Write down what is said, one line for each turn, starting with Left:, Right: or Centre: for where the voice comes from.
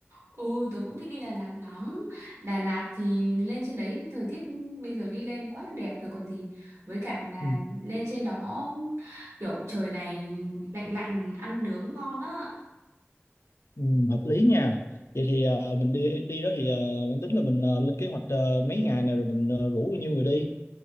Right: Ừ, tớ cũng thích đi Đà Lạt lắm. Đà Lạt thì lên trên đấy thời tiết bây giờ đi lên quá là đẹp rồi còn gì. Với cả là
Left: Ừ.
Right: lên trên đó kiểu trời này lạnh lạnh ăn nướng ngon á.
Left: Ừ, hợp lý nha. Vậy thì ờ, mình đi đi đó thì ờ, bạn tính là mình ờ, lên kế hoạch ờ, mấy ngày này rồi mình ờ, rủ bao nhiêu người đi?